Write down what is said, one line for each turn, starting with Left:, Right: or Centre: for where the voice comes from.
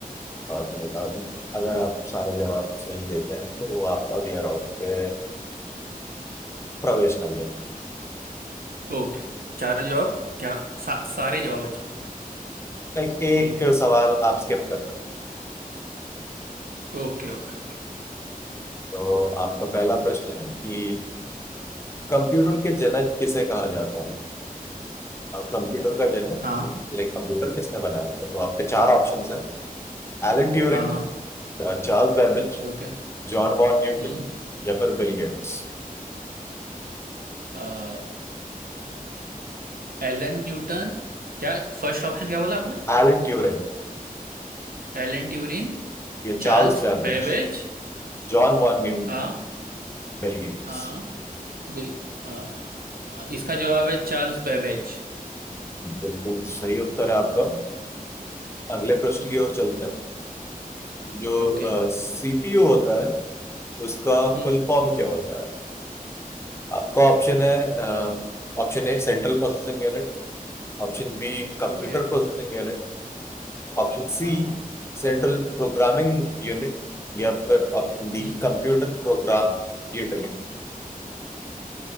Left: और फिर आप- अगर आप सारे जवाब सही देते हैं तो वो आप अगले राउंड पे प्रवेश कर जाएंगे
Right: ओके चारों जवाब क्या सा, सारे जवाब अच्छा
Left: लाइक एक
Right: ठीक है
Left: सवाल आप स्किप कर सकते हैं।
Right: Okay okay okay
Left: तो आपका पहला प्रश्न है कि कंप्यूटर के जनक किसे कहा जाता है अब कंप्यूटर का जनक
Right: हाँ
Left: लाइक कंप्यूटर किसने बनाया था तो आपके चार ऑप्शंस हैं Alan Turing
Right: हाँ हाँ
Left: Charles Babbage
Right: ओके
Left: John von Newton
Right: हम्म
Left: या फिर बिल गेट्स
Right: अ, एलन न्यूटन क्या फर्स्ट ऑप्शन क्या बोला आपने
Left: एलन ट्यूरिंग
Right: Alan Turing
Left: या
Right: Charles
Left: Charles Babbage
Right: Babbage
Left: John von Neu
Right: हाँ
Left: Bill Gates
Right: हाँ हाँ बिल अ, इसका जवाब है चार्ल्स बेबेज
Left: बिल्कुल सही उत्तर है आपका अगले प्रश्न
Right: हम्म
Left: की ओर चलते हैं तो जो
Right: ओके
Left: सीपीयू होता है उसका
Right: हम्म
Left: फुल फॉर्म क्या होता है आपका ऑप्शन है option A central processing unit Option B, computer
Right: ओके
Left: processing unit option C
Right: हाँ हाँ
Left: central programming unit या फिर option D
Right: हम्म
Left: computer program utility